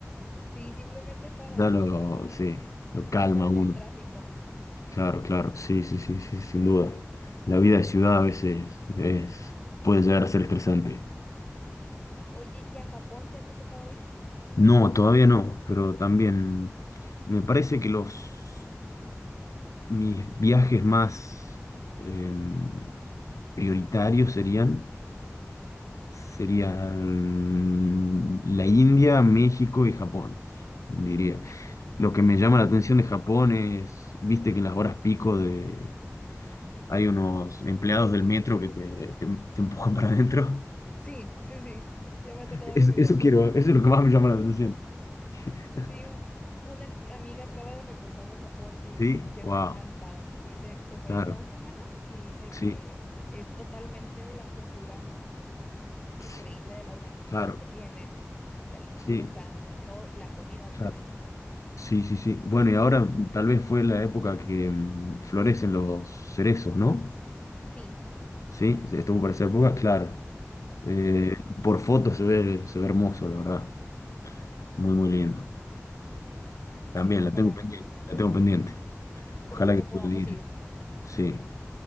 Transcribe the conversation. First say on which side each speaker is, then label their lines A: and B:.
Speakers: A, on the left (about 20°); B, on the left (about 85°).
A: Sí, simplemente para
B: ya lo,
A: mm,
B: sí, lo
A: no
B: calma
A: estar en
B: a uno.
A: el tráfico.
B: Claro, claro, sí, sí, sí, sí, sin duda. La vida de ciudad a veces es, puede llegar a ser estresante.
A: Sí. Oye, ¿y a Japón ya te ha tocado ir?
B: No, todavía no, pero también me parece que los, mis viajes más em, prioritarios serían, serían la India, México y Japón, diría.
A: Ok.
B: Lo que me llama la atención de Japón es, viste que en las horas pico de, hay unos empleados del metro que te, te te empujan para adentro.
A: Sí, sí, sí. Ya me ha tocado
B: Es-
A: ver el video.
B: eso quiero, eso es lo que más me llama
A: <laughs>
B: la atención. <laughs>
A: Sí, un- una amiga acaba de regresar de Japón y
B: Sí,
A: llegó
B: wow,
A: encantada. Dice, se fue
B: claro,
A: dos semanas y dice
B: sí,
A: que es totalmente la cultura increíble
B: sí,
A: de la organización
B: claro,
A: que tienen, la limpieza,
B: sí,
A: todo, la comida
B: claro,
A: también.
B: sí, sí, sí. Bueno, y ahora tal vez fue la época que mm, florecen los cerezos, ¿no?
A: Sí,
B: Sí, estuvo para esa época, claro.
A: sí,
B: Eh,
A: sí, sí.
B: por fotos se ve, se ve hermoso, la verdad. Muy, muy lindo.
A: Sí,
B: También
A: ojalá
B: la tengo pendiente, la tengo pendiente. Ojalá
A: pronto
B: que pueda
A: podamos
B: ir,
A: ir. <laughs>
B: sí,